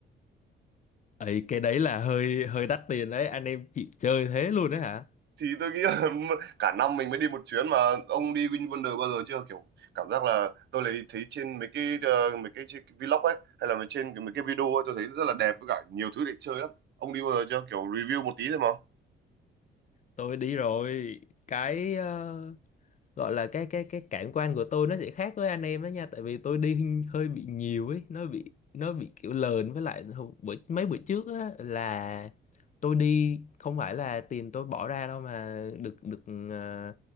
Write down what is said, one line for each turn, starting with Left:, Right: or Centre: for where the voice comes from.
Left: ấy cái đấy là hơi hơi đắt tiền đấy anh em chịu chơi thế luôn đấy hả
Right: Thì tôi nghĩ là <laughs> cả năm mình mới đi một chuyến mà ông đi VinWonder bao giờ chưa? Kiểu cảm giác là tôi lấy thấy trên mấy cái ờ, mấy cái, chi- vlog ấy hay là mấy trên cái- mấy cái video ấy tôi thấy rất là đẹp với cả nhiều thứ để chơi lắm. Ông đi bao giờ chưa? Kiểu review một tí thôi mà.
Left: tôi đi rồi cái ờ, gọi là cái cái cái cảm quan của tôi nó sẽ khác với anh em đó nha tại vì tôi đi hình- hơi bị nhiều ấy nó bị nó bị kiểu lờn với lại hồi- bữa, mấy bữa trước á là tôi đi không phải là tiền tôi bỏ ra đâu mà được được ờ,